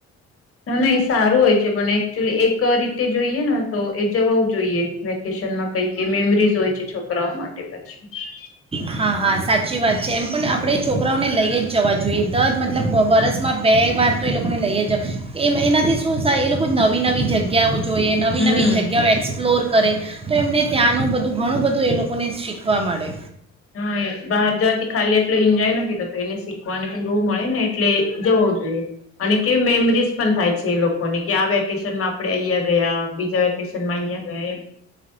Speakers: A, on the left; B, on the right.
A: ના ના એ સારું હોય છે પણ એકચ્યુઅલી એક રીતે જોઈએ ને તો એ જવા જોઈએ વેકેશનમાં કઈક કે મેમરીઝ હોય છે છોકરાઓ માટે પછી. <inaudible>
B: હા હા સાચી વાત છે, એમ પણ આપણે એ છોકરાઓને લઈ જ જવા જોઈએ દર મતલબ વરસમાં બે વાર તો એ લોકોને લઈ જ એમ એનાથી શું એ લોકો નવી નવી જગ્યાઓ. જોઈએ નવી
A: હમ.
B: નવી જગ્યાઓ એક્સપ્લોર કરે તો એમને ત્યાંનું બધું ઘણું બધું એ લોકોને શીખવા મળે.
A: હા એ બહાર જવાથી ખાલી એટલો એન્જોય નથી થતો એને શીખવાને પણ બવું મળે ને એટલે જવ જોઈએ અને કેવી મેમરીઝ પણ થાય છે, એ લોકોની કે આ વેકેશન માં આપડે અહયા ગયા. બીજા વેકેશનમાં અહિયાં ગયા એ